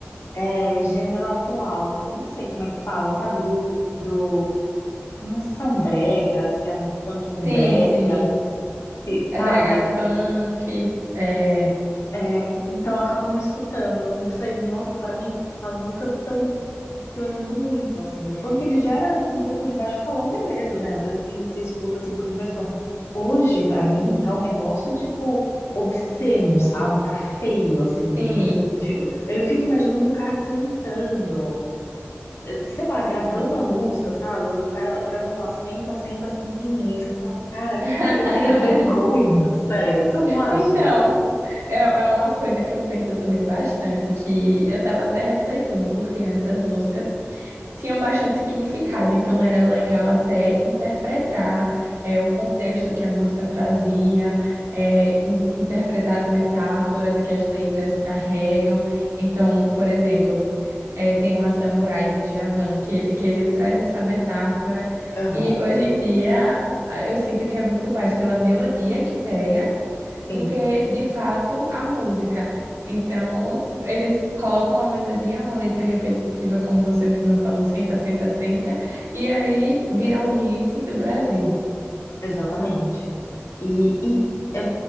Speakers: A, on the left (about 80°); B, on the right (about 85°).
A: é, gênero atual. Eu não sei como é que fala, sabe? Do, do, não sei se é um brega, se é um funk com
B: Sim,
A: brega,
B: sim.
A: se-
B: É
A: sabe?
B: brega funk, é...
A: É, então acabam não escutando. Não sei, nossa, pra mim as músicas estão piorando muito, assim. O funk ele gera um pouco de baixo calão, beleza, né? Às vezes assim, você escuta assim por diversão. Hoje, pra mim, tá um negócio tipo obsceno, sabe? Tá feio, assim.
B: Sim.
A: De, de- eu fico imaginando o cara cantando, eh, sei lá, gravando a música, sabe? O cara gravando lá, senta, senta, senta em mim. E você fala, cara,
B: <laughs>
A: como... eu teria vergonha, <laughs> sério, você não acha?
B: Então, É, é uma coisa que eu penso também bastante, que eu estava até refletindo, porque antes as músicas tinham bastante significado, então era legal até interpretar é, o contexto que a música trazia, é, in- interpretar as metáforas que as letras carregam. Então, por exemplo, é, tem uma Samurai do Djavan, que, que ele traz essa metáfora,
A: Aham,
B: e hoje em dia a- eu sinto que é muito mais pela melodia que pega
A: sim.
B: do que de fato a música. Então, eles colocam uma melodia, uma letra repetitiva, como você mesma falou, senta, senta, senta, e aí vira o hit do Brasil.
A: Exatamente. E, e é,